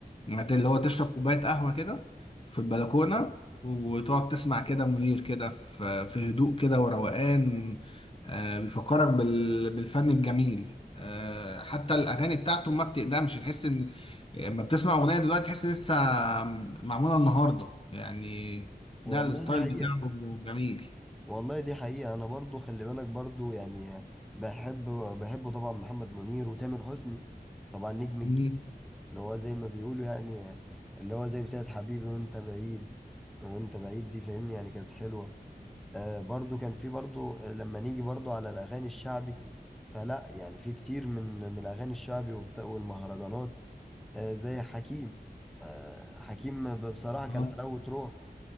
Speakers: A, on the left; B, in the centre.
A: يعني اللي هو تشرب كوباية قهوة كده في البلكونة وتقعد تسمع كده منير كده في في هدوء كده وروقان آه، بيفكرك بال- بالفن الجميل آه، حتى الأغاني بتاعته ما بتقدمش تحس إن لما بتسمع أغنية دلوقتي تحس لسه معمولة النهاردة يعني
B: والله
A: ده الستايل
B: دي حقيقة
A: بتاعه جميل
B: والله دي حقيقة أنا برضو خلي بالك برضو يعني بحب بحبه طبعا محمد منير وتامر حسني طبعا نجم الجيل
A: مم.
B: اللي هو زي ما بيقولوا يعني اللي هو زي بتاعت حبيبي وأنت بعيد وأنت بعيد دي فاهمني يعني كانت حلوة آه برضو كان في برضو آه، لما نيجي برضو على الأغاني الشعبي فلا يعني في كتير من من الأغاني الشعبي وبت- والمهرجانات آه زي حكيم آه حكيم بصراحة كان
A: آه.
B: حلاوة روح